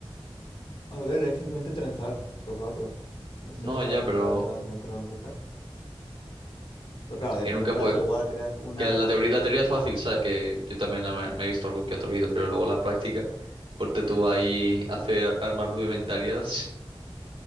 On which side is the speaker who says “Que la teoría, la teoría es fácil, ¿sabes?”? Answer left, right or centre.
Right